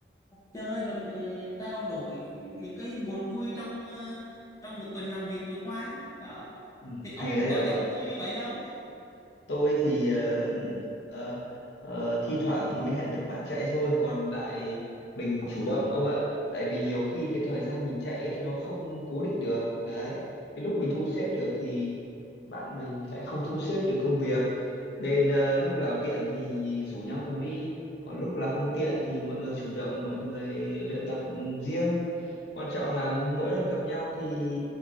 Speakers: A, on the left; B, on the left.
A: chơi rồi cùng trao đổi những cái buồn vui trong ờ, trong một tuần làm việc vừa qua đó
B: Ừ,
A: thì ông
B: hay đấy
A: cũng có
B: ông
A: giống
B: ạ.
A: tôi như vậy không
B: tôi thì ờ, ờ, ờ, thi thoảng thì mới hẹn được bạn chạy thôi còn lại mình chủ động ông ạ tại vì nhiều khi cái
A: ừ
B: thời gian mình chạy ấy, nó không cố định được đấy cái lúc mình
A: ừ
B: thu xếp được thì bạn mình lại không thu xếp được công việc nên ờ, lúc nào tiện thì rủ nhau cùng đi còn lúc là không tiện thì mọi người chủ động mọi người luyện tập ừ, riêng quan trọng là mỗi lần gặp nhau thì